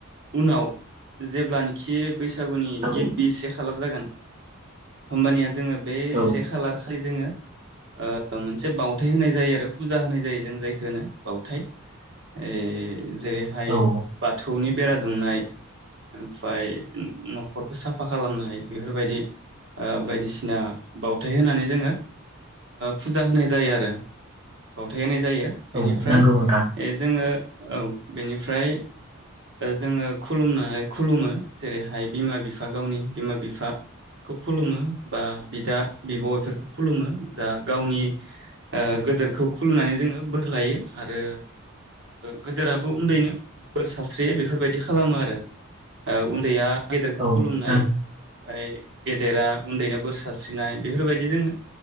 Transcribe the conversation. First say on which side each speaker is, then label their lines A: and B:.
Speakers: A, on the right; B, on the right.
A: उनाव जेब्लानोखि बैस सागुनि
B: औ
A: गिबिसे खालार जागोन होमबानिया जोङो बे
B: औ
A: से खालार खालि जोङो मोनसे बाव हाथाय होनाय जायो आरो फुजा होनाय जायो जों जायखौ होनो बाउथाय ए जेरैहाय
B: औ
A: बाथौनि बेरा दुंनाय ओमफ्राय न'खरखौ साफा खालामनाय बेफोरबायदि बायदिसिना बावथाय होनानै जोङो फुजा होनाय जायो आरो बावथायानो जायो बेनिफ्राय
B: औ नंगौ नोंथां
A: जोङो औ बेनिफ्राय जोङो खुलुमनानै खुलुमो जेरैहाय बिमा बिफा गावनि बिमा बिफाखौ खुलुमो बा बिदा बिब'फोरखौ खुलुमो दा गावनि गोदोरखौ खुलुनानै जोङो बोर लायो आरो गोदोराबो उन्दैनो बोर सारस्रियो बेफोरबायदि खालामो आरो उन्दैया गेदेरखौ
B: औ
A: खुलुमनाय
B: नों
A: ओमफ्राय गेदेरा उन्दैनो बोर सारस्रिनाय बेफोरबायदि जोङो